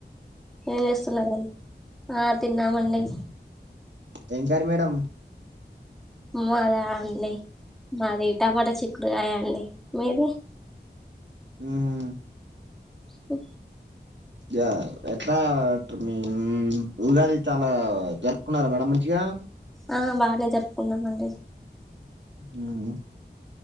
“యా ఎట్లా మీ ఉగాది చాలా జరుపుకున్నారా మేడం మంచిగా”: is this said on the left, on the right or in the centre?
Right